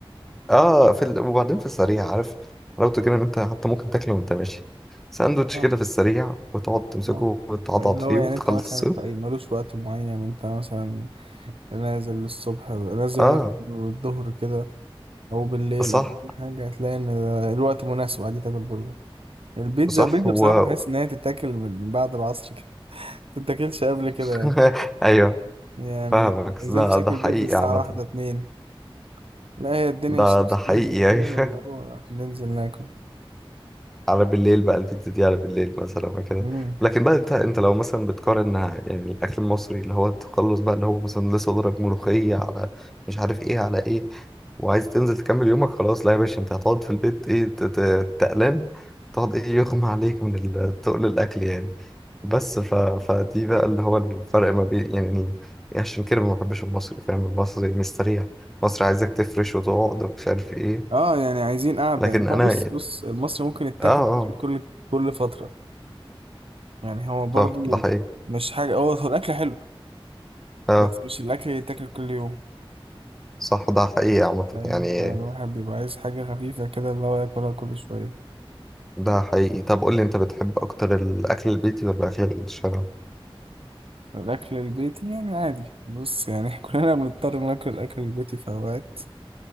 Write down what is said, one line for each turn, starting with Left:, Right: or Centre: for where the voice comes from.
Centre: اه في ال... وبعدين في السريع عارف حلاوته كده ان انت حتى ممكن تاكله وانت ماشي ساندوتش
Right: اه
Centre: كده في السريع وتقعد تمسكه
Right: اه
Centre: وتعضعض
Right: اللي
Centre: فيه
Right: هو يعني
Centre: وتخلصه
Right: انت مثلا في اي ملوش وقت معين انت مثلا نازل الصبح نازل
Centre: اه
Right: مثلا الظهر كده او بالليل
Centre: صح
Right: او اي حاجه هتلاقي ان ده الوقت مناسب عادي تاكل برجر البيتزا
Centre: صح
Right: البيتزا
Centre: هو
Right: بصراحه بحس ان هي تتاكل من بعد العصر كده <laughs> ما تتاكلش قبل كده
Centre: <laughs>
Right: يعني
Centre: ايوه
Right: يعني
Centre: فاهمك
Right: نزلت
Centre: ده
Right: اكل
Centre: ده حقيقي
Right: بيتزا الساعة
Centre: عامة
Right: واحدة اتنين لا هي الدنيا
Centre: ده
Right: الشمس
Centre: ده حقيقي
Right: تهبل كده
Centre: يعني
Right: اللي
Centre: <laughs>
Right: هو ننزل ناكل
Centre: على بالليل بقى البيتزا دي على بالليل مثلا وكده
Right: مم.
Centre: لكن بقى انت انت لو مثلا بتقارن يعني الاكل المصري اللي هو تخلص بقى اللي هو مثلا لسه ضرب ملوخيه على مش عارف ايه على ايه وعايز تنزل تكمل يومك خلاص لا يا باشا انت هتقعد في البيت ايه ت- ت- تقلان تقعد ايه يغمى عليك من ال- تقل الاكل يعني بس ف... فدي بقى اللي هو الفرق ما بين يعني ال- عشان كده ما بحبش المصري فاهم المصري مستريح مصري عايزك تفرش وتقعد ومش عارف ايه
Right: اه يعني عايزين قعدة
Centre: لكن
Right: يعني
Centre: انا
Right: هو بص
Centre: يعني
Right: بص المصري ممكن يتاكل
Centre: اه
Right: كل
Centre: اه
Right: كل كل فترة يعني هو برضو
Centre: صح ده حقيقي
Right: مش حاجة هو هو الأكل حلو
Centre: اه
Right: بس مش الأكل اللي يتاكل كل يوم
Centre: صح ده حقيقي عامة
Right: فاهم
Centre: يعني
Right: فالواحد بيبقى عايز حاجة خفيفة كده اللي هو ياكلها كل شوية
Centre: ده حقيقي طب قول لي انت بتحب اكتر الاكل البيتي ولا الاكل الشارع
Right: الأكل البيتي يعني عادي بص يعني <laughs> كلنا بنضطر ناكل الأكل البيتي في أوقات